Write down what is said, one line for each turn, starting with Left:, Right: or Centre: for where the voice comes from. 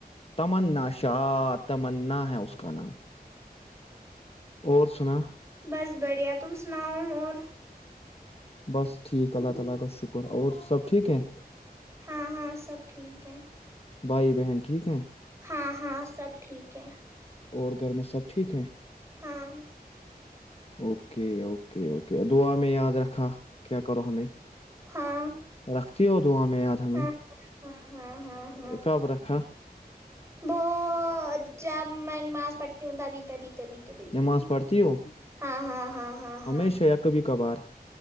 Left: تمنا شاہ تمنا ہے اس کا نام اور سنا
Right: بس بڑھیا تم سناؤ اور
Left: <unintelligible>
Right: ہاں ہاں سب ٹھیک ہے
Left: بھائی بہن ٹھیک ہے
Right: ہاں ہاں سب ٹھیک ہے
Left: اور گھر میں سب ٹھیک ہیں
Right: ہاں
Left: اوکے اوکے اوکے دعا میں یاد رکھا کیا کرو ہمیں
Right: ہاں
Left: رکھتی ہو دعاںیں یاد ہمیں
Right: ہاں ہاں ہاں ہاں ہاں
Left: کب رکھا
Right: وہ جب میں نماز پڑھتی ہوں تبھی تبھی تبھی
Left: نماز پڑھتی ہو
Right: ہاں ہاں ہاں ہاں ہاں
Left: ہمیشہ
Right: ہ
Left: یا کبھی کبھار